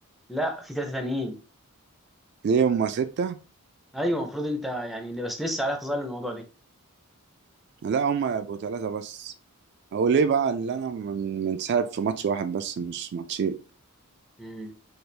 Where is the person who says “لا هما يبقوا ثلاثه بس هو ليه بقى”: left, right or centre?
Right